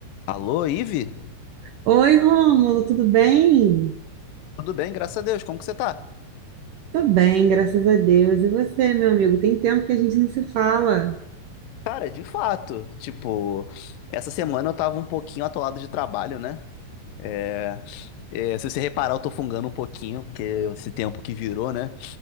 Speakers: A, on the left; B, on the right.
A: Alô, Ive?
B: Oi, Rômulo, tudo bem?
A: Tudo bem, graças a Deus, como que você tá?
B: Tô bem, graças a Deus. E você, meu amigo? Tem tempo que a gente não se fala.
A: Cara, de fato, tipo, essa semana eu tava um pouquinho atolado de trabalho, né? É, é, se você reparar, eu tô fungando um pouquinho, porque esse tempo que virou, né?